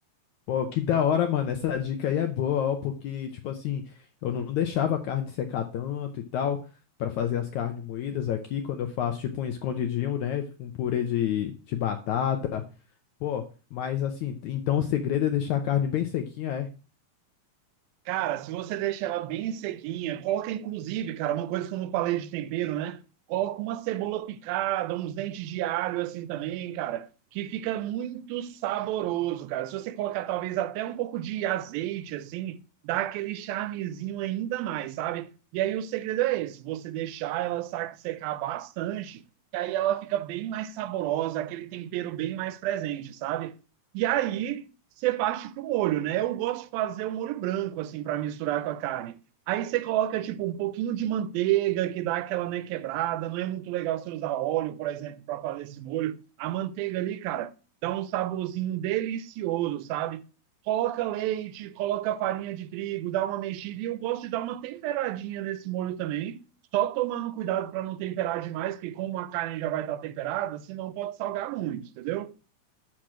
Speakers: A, on the left; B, on the right.
A: Pô, que da hora, mano, essa dica aí é boa, ó, porque, tipo assim, eu não deixava a carne secar tanto e tal, pra fazer as carnes moídas aqui, quando eu faço, tipo, um escondidinho, né, um purê de, de batata, Pô, mas assim, t- então o segredo é deixar a carne bem sequinha, é?
B: Cara, se você deixa ela bem sequinha, coloca inclusive, cara, uma coisa que eu não falei de tempero, né? Coloca uma cebola picada, uns dentes de alho assim também, cara, que fica muito saboroso, cara. Se você colocar talvez até um pouco de azeite assim, dá aquele charmezinho ainda mais, sabe? E aí o segredo é esse, você deixar ela sa- secar bastante, que aí ela fica bem mais saborosa, aquele tempero bem mais presente, sabe? E aí você parte para o molho, né? Eu gosto de fazer um molho branco, assim, para misturar com a carne. Aí você coloca, tipo, um pouquinho de manteiga, que dá aquela, né, quebrada. Não é muito legal você usar óleo, por exemplo, para fazer esse molho. A manteiga ali, cara, dá um saborzinho delicioso, sabe? Coloca leite, coloca farinha de trigo, dá uma mexida. E eu gosto de dar uma temperadinha nesse molho também. Só tomando cuidado para não temperar demais, porque como a carne já vai estar temperada, senão pode salgar muito, entendeu?